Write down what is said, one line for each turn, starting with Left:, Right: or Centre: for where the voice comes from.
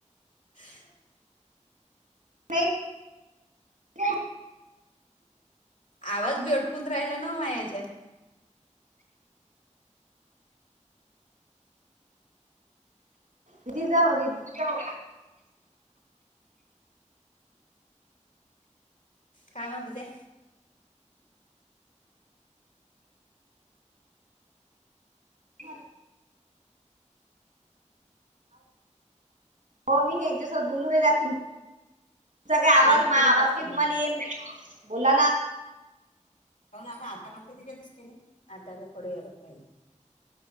Left: <inaudible>
Right: नाही <inaudible>
Left: आवाज बी अटकून राहिला न माया येच्यात
Right: रदी जाऊ रदी जाऊ
Left: काय म्हणता ते
Right: ह <inaudible> हो मी हेच्यासोबत बोलू राहिल्यात तुम तुमचा काय आवाज
Left: पहिली कडे
Right: मा
Left: अलग
Right: आवाज
Left: पाहिजे
Right: काही तुम्हाला येईल बोला ना
Left: हो ना आता लागतो तिच्यातच केले आताला कड आलाच पाहिजे